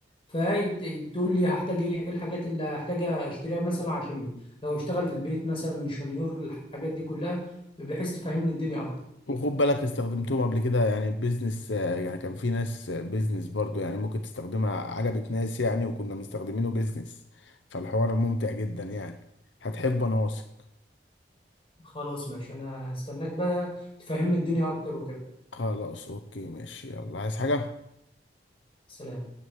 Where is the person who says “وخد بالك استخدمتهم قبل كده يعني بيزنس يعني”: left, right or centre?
Left